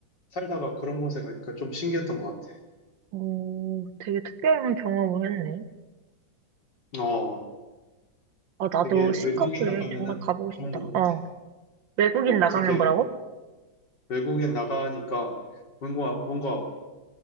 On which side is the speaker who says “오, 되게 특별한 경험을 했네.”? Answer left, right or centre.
Right